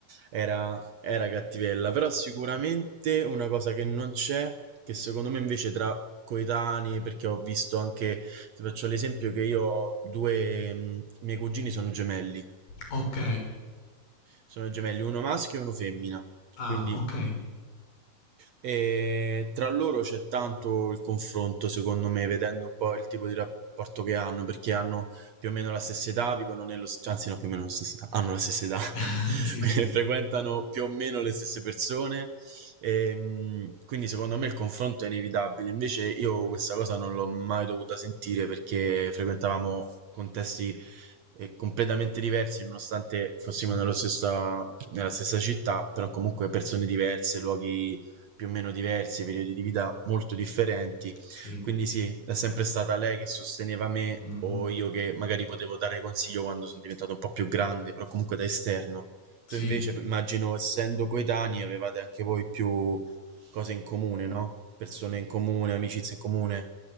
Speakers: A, on the right (about 60°); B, on the left (about 70°).
A: era, era cattivella. Però sicuramente una cosa che non c'è, che secondo me invece tra coetanei, perché ho visto anche, ti faccio l'esempio che io ho due, mm, miei cugini sono gemelli.
B: ok.
A: Sono gemelli, uno maschio e uno femmina.
B: Ah,
A: Quindi
B: ok.
A: eh, tra loro c'è tanto il confronto, secondo me, vedendo un po' il tipo di rapporto che hanno, perché hanno più o meno la stessa età, vivono nello, st- anzi no, più o meno la stessa età, hanno la stessa età, <laughs>
B: <laughs> sì,
A: quindi
B: vero.
A: frequentano più o meno le stesse persone, ehm, quindi secondo me il confronto è inevitabile. Invece io questa cosa non l'ho mai dovuta sentire perché frequentavamo contesti e completamente diversi, nonostante fossimo
B: Mm,
A: nello stessa- nella stessa città, però comunque persone diverse, luoghi più o meno diversi, periodi di vita molto differenti.
B: Sì.
A: Quindi sì, è sempre stata lei che sosteneva me
B: Mm, mm.
A: o io che magari potevo dare consiglio quando sono diventato un po' più grande, però comunque da esterno.
B: Sì.
A: Tu invece, immagino, essendo coetanei, avevate anche voi più cose in comune, no? Persone in comune, amicizie in comune.